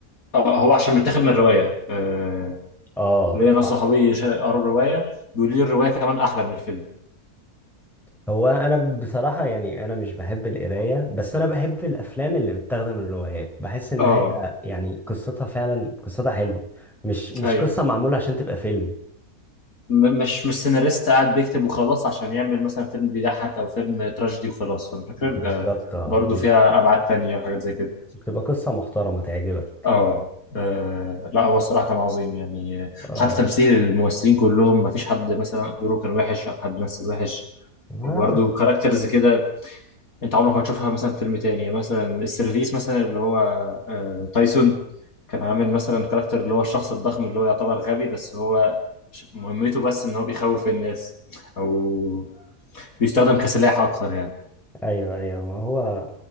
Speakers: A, on the left; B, in the centre.
A: آه، هو عشان متاخد من روايه آه،
B: اه
A: ليا
B: صح
A: ناس صحابي شا- قروا الروايه بيقولوا لي الروايه كمان احلى من الفيلم
B: هو انا بصراحة يعني انا مش بحب القراية بس انا بحب الافلام اللي متاخدة من الروايات بحس ان
A: اه
B: هي يعني قصتها فعلا قصتها حلوة مش مش
A: ايوه
B: قصة معمولة عشان تبقى فيلم
A: م- مش مش سيناريست قاعد بيكتب وخلاص عشان يعمل مثلا فيلم بيضحك او فيلم تراجيدي وخلاص فالفكرة
B: بالظبط
A: بيبقى
B: اه
A: برضه
B: بيبقى
A: فيها ابعاد تانية وحاجات زي كده
B: بتبقى قصة محترمة تعجبك
A: اه آه، لا هو الصراحة كان عظيم يعني آه،
B: اه
A: حتى تمثيل الممثلين كلهم ما فيش حد مثلا دوره كان وحش أو حد مثل وحش
B: بس
A: وبرضه كاركترز كده أنت عمرك ما تشوفها مثلا في فيلم تاني يعني مثلا السيرفيس مثلا اللي هو آه، تايسون كان عامل مثلا كاركتر اللي هو الشخص الضخم اللي هو يعتبر غبي بس هو ش- مهمته بس ان هو بيخوف الناس او بيستخدم كسلاح اكتر يعني
B: ايوه ايوه ما هو